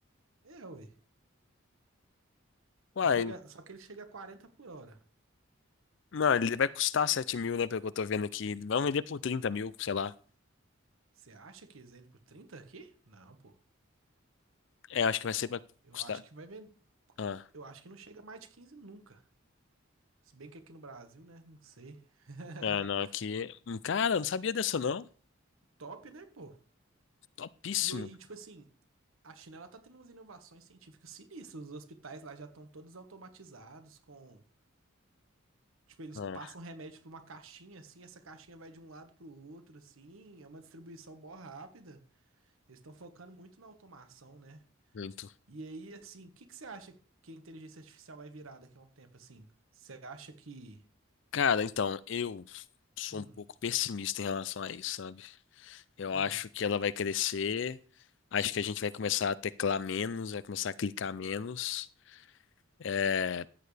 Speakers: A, on the right (about 80°); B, on the left (about 60°).
A: É, ui.
B: Uai,
A: Que chega, só que ele chega a 40 por hora.
B: não, ele vai custar sete mil, né, pelo que eu tô vendo aqui. Vão vender por trinta mil, sei lá.
A: Você acha que eles entram por 30 aqui? Não, pô.
B: É, acho que vai ser pra
A: Eu
B: custar.
A: acho que vai ver.
B: Ah,
A: Eu acho que não chega mais de 15 nunca. Se bem que aqui no Brasil, né? Não sei. <laughs>
B: ah, não, aqui... Cara, eu não sabia dessa, não.
A: Top, né, pô?
B: Topíssimo.
A: E aí, tipo assim, a China ela tá tendo umas inovações científicas sinistras. Os hospitais lá já estão todos automatizados com. Tipo, eles
B: Ah,
A: passam remédio pra uma caixinha, assim, essa caixinha vai de um lado pro outro, assim, é uma distribuição mó rápida. Eles estão focando muito na automação, né?
B: muito.
A: E aí, assim, o que que você acha que a inteligência artificial vai virar daqui a um tempo, assim? Você acha que.
B: Cara, então, eu sou
A: Hum,
B: um pouco pessimista em relação a isso, sabe? Eu
A: hum,
B: acho que ela vai crescer. Acho que a gente vai começar a teclar menos, vai começar a clicar menos. É,